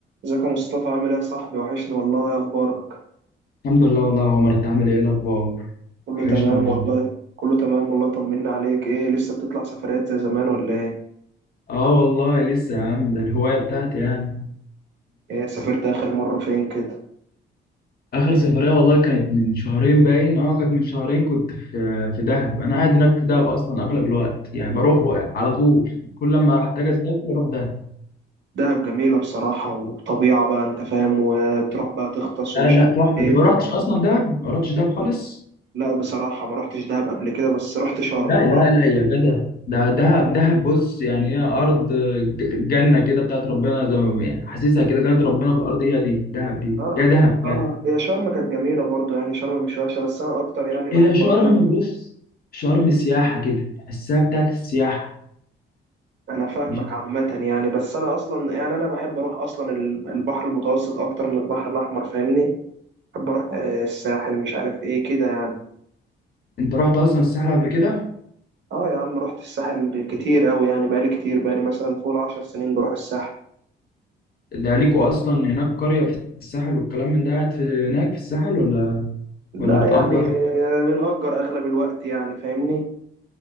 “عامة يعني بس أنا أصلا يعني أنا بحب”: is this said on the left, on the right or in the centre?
Right